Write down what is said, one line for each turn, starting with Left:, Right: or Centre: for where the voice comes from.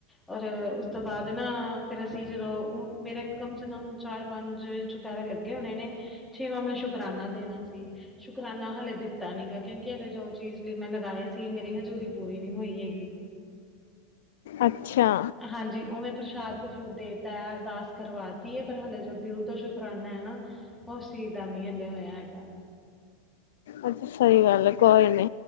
Centre: ਔਰ ਉਸ ਤੋਂ ਬਾਦ ਨਾ ਫਿਰ ਅਸੀਂ ਜਦੋਂ ਮੇਰਾ ਇੱਕ ਕਮ ਸੇ ਕਮ ਚਾਰ ਪੰਜ ਚੁ ਪੈਰੇ ਲੱਗੇ ਹੋਣੇ ਨੇ ਛੇਵਾਂ ਮੈਂ ਸ਼ੁਕਰਾਨਾ ਦੇਣਾ ਸੀ ਸ਼ੁਕਰਾਨਾ ਹਾਲੇ ਦਿੱਤਾ। ਨੀ ਗਾ ਕਿਉਂਕੀ ਹਲੇ ਜੋ ਚੀਜ਼ ਲਈ ਮੈਂ ਲਗਾਏ ਸੀ ਮੇਰੀ ਹਜੂਰੀ ਪੂਰੀ ਨੀ ਹੋਈ ਹੈਗੀ।
Left: ਅੱਛਾ।
Centre: ਹਾਂਜੀ ਓਵੇਂ ਪ੍ਰਸ਼ਾਦ ਪ੍ਰਸ਼ੂਦ ਦੇਤਾ ਅਰਦਾਸ ਕਰਵਾ ਤੀ ਐ ਪਰ ਹਾਲੇ ਜੋ ਦਿਲ ਤੋਂ ਸ਼ੁਕਰਾਨਾ ਐ ਨਾ ਓ ਸੀ ਦਾ ਨੀ ਹਲੇ ਹੋਇਆ ਹੈਗਾ।
Left: ਅੱਛਾ ਸਈ ਗੱਲ ਐ ਕੋਈ ਨੀ